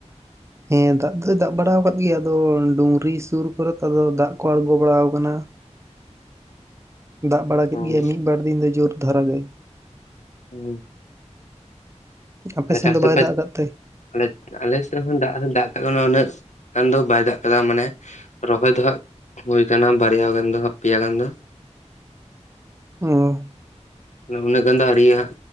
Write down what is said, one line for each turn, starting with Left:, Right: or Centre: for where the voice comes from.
Right: ᱦᱮᱸ ᱫᱟᱜ ᱫᱚᱭ ᱫᱟᱜ ᱵᱟᱲᱟ ᱟᱠᱟᱫ ᱜᱮᱭᱟ ᱟᱫᱚ ᱰᱩᱝᱨᱤ ᱥᱩᱨ ᱠᱚᱨᱮ ᱛᱚ ᱟᱫᱚ ᱫᱟᱜ ᱠᱚ ᱟᱬᱜᱚ ᱵᱟᱲᱟ ᱟᱠᱟᱱᱟ ᱾ ᱫᱟᱜ ᱵᱟᱲᱟ ᱠᱮᱫ
Left: ᱦᱩᱸ
Right: ᱜᱮᱭᱟ ᱢᱤᱫ-ᱵᱟᱨ ᱫᱤᱱ ᱫᱚ ᱡᱳᱨ ᱫᱷᱟᱨᱟ ᱜᱮ ᱾
Left: ᱦᱩᱸ ᱾
Right: ᱟᱯᱮ
Left: ᱛᱟᱦᱞᱮ
Right: ᱥᱮᱱ
Left: ᱪᱟᱥ
Right: ᱫᱚ
Left: ᱫᱚᱯᱮ
Right: ᱵᱟᱭ ᱫᱟᱜ ᱟᱠᱟᱫ ᱛᱮ?
Left: ᱟ ᱟᱞᱮ ᱥᱮᱫ ᱦᱚᱸ ᱫᱟᱜ ᱦᱚᱸ ᱫᱟᱜ ᱠᱟᱜ ᱠᱟᱱᱟ ᱩᱱᱟᱹᱜ ᱜᱟᱱ ᱫᱚ ᱵᱟᱭ ᱫᱟᱜ ᱟᱠᱟᱫᱟ ᱢᱟᱱᱮ ᱨᱚᱦᱚᱭ ᱫᱚ ᱦᱟᱸᱜ ᱦᱳᱭ ᱟᱠᱟᱱᱟ ᱵᱟᱨᱭᱟ ᱜᱟᱱ ᱫᱚ ᱦᱟᱜ ᱯᱮᱭᱟ ᱜᱟᱱ ᱫᱚ ᱾
Right: ᱚᱻ
Left: ᱚᱱᱟᱹᱜ ᱜᱟᱱ ᱫᱚ ᱟᱹᱣᱨᱤ ᱦᱟᱜ